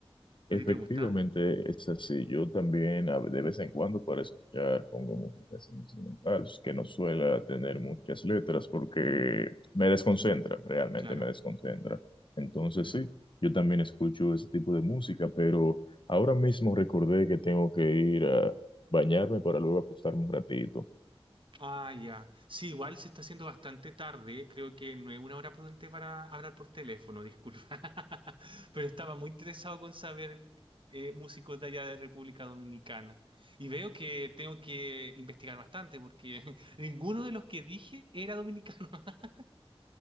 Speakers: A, on the right (about 55°); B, on the left (about 50°).
A: ¿A
B: Efectivamente,
A: ti te gusta?
B: es así. Yo también a- de vez en cuando para escuchar pongo música así instrumental, que no suele tener muchas letras porque
A: Ujú,
B: me desconcentra, realmente
A: Claro.
B: me desconcentra. Entonces
A: Mm.
B: sí, yo también escucho ese tipo de música, pero ahora mismo recordé que tengo que ir a bañarme para luego acostarme un ratito.
A: Ah, ya. Sí, igual se está haciendo bastante tarde. Creo que no es una hora prudente para hablar por teléfono, disculpa. <laughs> Pero estaba muy interesado con saber eh, músicos de allá de República Dominicana. Y veo que tengo que investigar bastante porque <laughs> ninguno de los que dije era dominicano. <laughs>